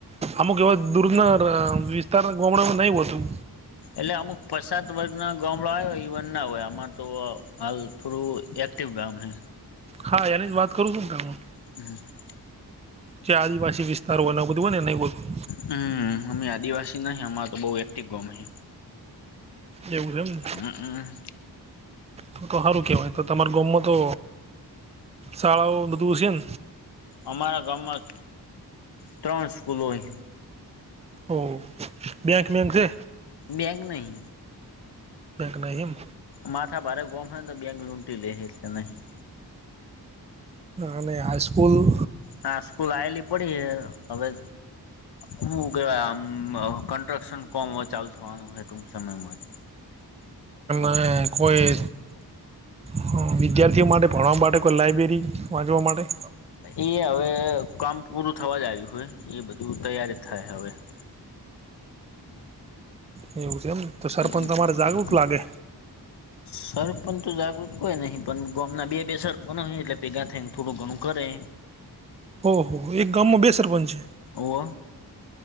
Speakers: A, on the right; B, on the left.
A: અમુક એવા દૂરના વિસ્તાર ગોમડા માં નહી હતું.
B: એટલે અમુક પસાત વર્ગના ગોમડો આયો ઇવન ના હોય આમાં તો હાલ થોડું એક્ટિવ ગામ હે.
A: હા એની જ વાત કરું છું ને ત હું.
B: હ.
A: જ્યાં આદિવાસી વિસ્તારો બધું હો ને ને એ બધું.
B: હમ અમે આદિવાસી નહી અમાર તો બહઉ એકટીવ ગોમ હે.
A: એવું છે એમને.
B: હમ્મ. હમ્મ.
A: તોગોમમાં હારુ કેવાય તો તમાર ગોમમાં તો, સાવ ને બધું સેન.
B: અમારા ગામમાં ત્રણ સ્કૂલ હોય.
A: ઓ બેંક મેન છે.
B: બેંક નહી.
A: બેંક નહી એમ.
B: માથા ભારે ગોમ હેન તો બેંક લૂંટી લે એટલે નહી.
A: અને હાઈસ્કૂલ.
B: હા સ્કૂલ આએલી પડી હવે. હું કેવાય આમ કન્સ્ટ્રક્શન કોમ ચાલુ થવાનું હે ટુંક સમયમાં જ.
A: અને કોઈ હા વિદ્યાર્થીઓ માટે ભણવા માટે કોઈ લાઇબ્રેરી વાંચવા માટે.
B: એ હવે કામ પૂરું થવા જ આવ્યું હોય એ બધું તૈયારી થાય હવે. <inaudible>
A: એવું છે એમ. તો સરપંચ
B: હમ્મ
A: તમારે
B: હ.
A: જાગૃત લાગે
B: સરપંચ તો જાગૃત કોય નહી પણ ગામના બે-બે સરપંચ હોય એટલે ભેગા થઈને થોડું ઘણું કરે.
A: ઓહ એક ગામમાં બે સરપંચ છે.
B: ઓવ